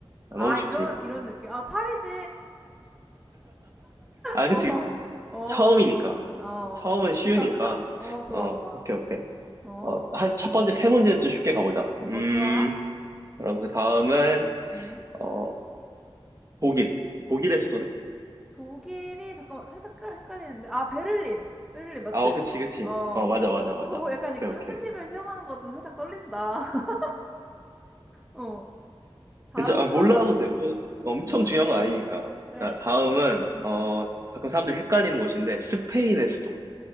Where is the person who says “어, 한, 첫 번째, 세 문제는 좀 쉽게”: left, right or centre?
Right